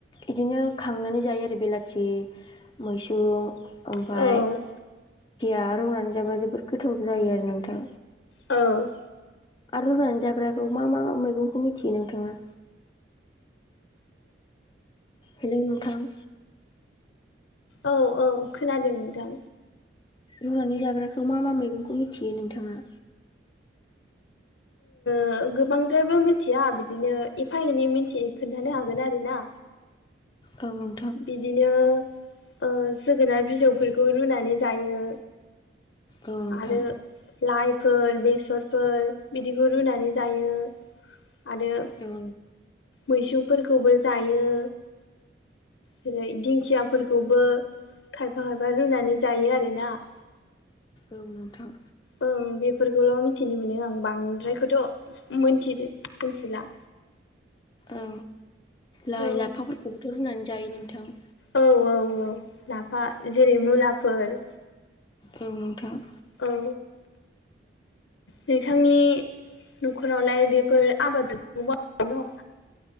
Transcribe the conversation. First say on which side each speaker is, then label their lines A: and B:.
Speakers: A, on the left; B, on the left.
A: इदिनो खांनानै जायो आरो बेलाथि मैसुं ओमफाय
B: औ
A: आ रुनानै जाबा जोबोद गोथाव जायो आरो नोंथां।
B: औ
A: आरो रुनानै जाग्राखौ मा मा मैगंखौ मिथियो नोंथाङा? हेलौ नोंथां?
B: औ औ खोनादों नोंथां।
A: रुनानै जाग्राखो मा मा मैगंखौ मिथियो नोंथाङा?
B: ओ गोबांद्रायबो मिथिया बिदिनो एफा एनै मिथियो खोन्थानो हागोन आरोना।
A: ओं
B: बिदिनो ओ जोगोनार बिजौफोरखौ रुनानै जायो।
A: औ नोंथां
B: आरो लाइफोर बेसरफोर बिदिखौ रुनानै जायो आरो
A: औ
B: मैसुंफोरखौबो जायो। जेरै दिंखियाफोरखौबो खायफा खायफा रुनानै जायो आरोना। <inaudible>
A: औ नोंथां।
B: ओं बेफोरखौल' मिथिनो मोनो आं बांद्रायखौथ' मोनथिदो मिथिला।
A: औ लाइ
B: औ
A: लाफाफोरखौबोथ' रुनानै जायो नोंथां।
B: औ औ औ लाफा जेरै मुलाफोर।
A: औ नोंथां।
B: औ नोंथांनि न'खरावलाय बेफोर आबादखौ <unintelligible> मावोना मावा?